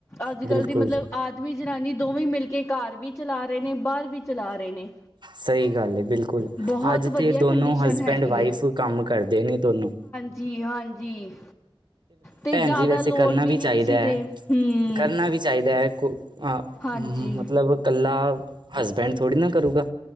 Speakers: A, on the left; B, on the right.
A: ਅੱਜ-ਕੱਲ੍ਹ
B: ਬਿਲਕੁਲ
A: ਦੀ ਮਤਲਬ ਆ ਦਮੀ ਜਨਾਨੀ ਦੋਵੇਂ ਈ ਮਿਲ ਕੇ ਘਰ ਵੀ ਚਲਾ ਰੇ ਨੇ ਬਾਰ ਵੀ ਚਲਾ ਰੇ ਨੇ।
B: ਸਈ ਗੱਲ ਐ ਬਿਲਕੁੱਲ
A: ਬਹੁਤ
B: ਅੱਜ
A: ਵਧੀਆ
B: ਤੇ ਦੋਨੋ
A: ਕੰਡੀਸ਼ਨ
B: ਹਸਬੈਂਡ
A: ਹੈਗੀ
B: ਵਾਈਫ ਕੰਮ ਕਰਦੇ ਨੇ ਦੋਨੋ।
A: ਜੀ ਹਾਂਜੀ। ਤੇ
B: ਭੈਣ
A: ਜ਼ਿਆਦਾ
B: ਜੀ ਵੈਸੇ
A: ਲੋੜ
B: ਕਰਨਾ ਵੀ
A: ਨਹੀਂ
B: ਚਾਈਦਾ
A: ਕਿਸੇ ਤੇ ਹਮ
B: ਕਰਨਾ ਵੀ ਚਾਈਦਾ ਕੋ ਹਾਂ
A: ਹਾਂਜੀ
B: ਮਤਲਬ ਕੱਲਾ ਹਸਬੈਂਡ ਥੋੜ੍ਹੀ ਨਾ ਕਰੂਗਾ।